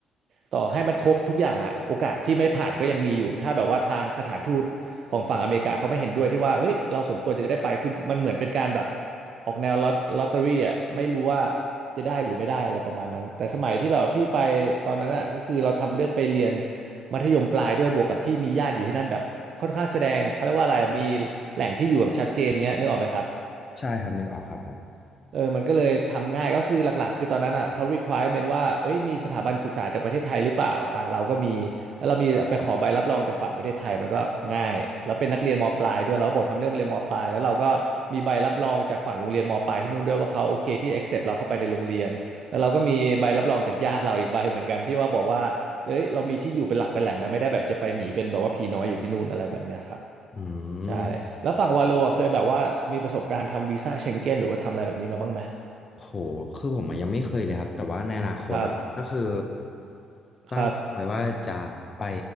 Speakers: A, on the right (about 50°); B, on the left (about 25°).
A: ต่อให้มันครบทุกอย่างอะโอกาสที่ไม่ผ่านก็ยังมีอยู่ถ้าแบบว่าทางสถานทูตของฝั่งอเมริกาเขาไม่เห็นด้วยที่ว่าเฮ้ยเราสมควรจะได้ไปคือมันเหมือนเป็นการแบบออกแนวลอตลอตเตอรี่อะไม่รู้ว่า จะได้หรือไม่ได้อะไรประมาณนั้นแต่สมัยที่แบบว่าพี่ไปตอนนั้นอ่ะก็คือเราทำเรื่องไปเรียนมัธยมปลายด้วยบวกกับพี่มีญาติอยู่ที่นั่นแบบค่อนข้างแสดงเขาเรียกว่าอะไรมีแหล่งที่อยู่แบบชัดเจนเงี้ยนึกออกไหมครับ
B: ใช่ครับนึกออกครับผม
A: เออมันก็เลยทำง่ายก็คือหลักๆคือตอนนั้นอ่ะเขา requirement ว่าเอ้ยมีสถาบันศึกษาจากประเทศไทยหรือเปล่าอ่าเราก็มีแล้วเรามีไปขอใบรับรองจากฝั่งประเทศไทยมันก็ง่ายแล้วเป็นนักเรียนมปลายด้วยแล้บอกทำเรื่องเรียนมปลายแล้วเราก็มีใบรับรองจากฝั่งโรงเรียนมปลายที่นู่นด้วยว่าเขาโอเคที่ accept เราเข้าไปในโรงเรียนแล้วเราก็มีใบรับรองจากญาติเราอีกใบเหมือนกันที่ว่าบอกว่าเอ้ยเรามีที่อยู่เป็นหลักเป็นแหล่งนะไม่ได้แบบจะไปหนีเป็นแบบว่าผีน้อยอยู่ที่นู่นอะไรแบบเนี้ยครับ
B: อื
A: ใช่แล้วฝั่งวาโลอะเคยแบบว่ามีประสบการณ์ทำวีซ่าเชงเก้นหรือว่าทำอะไรแบบนี้มาบ้างไหม
B: ม โหคือผมอะยังไม่เคยเลยครับ แต่ว่าในอนาคตอะก็คือ
A: ครับ
B: ตั้งไว้ว่าจะไป
A: ครับ